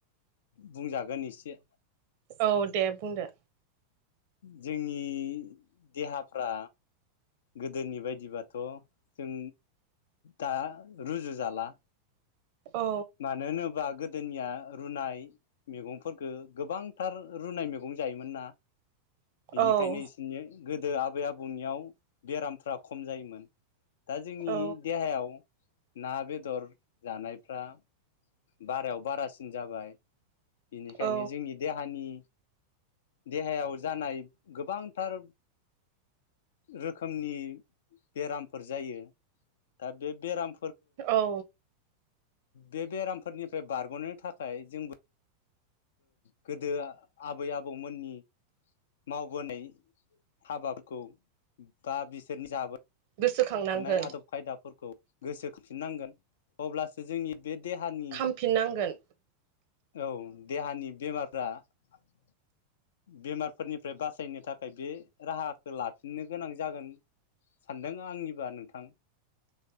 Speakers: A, on the left; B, on the right.
A: बुंजागोन एसे
B: औदे बुंदो
A: जोंनि देहाफ्रा गोदोनिबायदिबाथ' जों दा रुजु जाला
B: औ
A: मानो नो बाग गोदोनिया रुनाय मैगंफोरखौ गोबांथार रुनाय मैगं जायोमोन ना। बेनिखायनो
B: औ
A: बिसनि गोदो आबै आबौनियाव बेरामफ्रा खम जायोमोन दा जोंनि
B: औ
A: देहायाव ना बेदर जानायफ्रा बारायाव बारासिन जाबाय बेनिखायनो
B: औ
A: जोंनि देहानि देहायाव जानाय गोबांथार रोखोमनि बेरामफोर जायो दा बे बेराम
B: औ।
A: बेेबराम फोरनिफ्राय बारग'नो थाखाय जोंबो गोदो आबै आबौमोननि मावबोनाय हाबाफोरखौ बा बिसोरनि जाबोन
B: गोसोखांनांगोन
A: मोननाय आदब खायदाफोरखौ गोसोखांफिननांगोन अब्लासो जोंनि बे देहानि
B: खामफिननांगोन
A: औ देहानि बेमार <unintelligible> बेमारफोरनिफ्राय बासायनो थाखाय बे राहाखौ लाफिननो गोनां जागोन सानदों आंनिबा नोंथां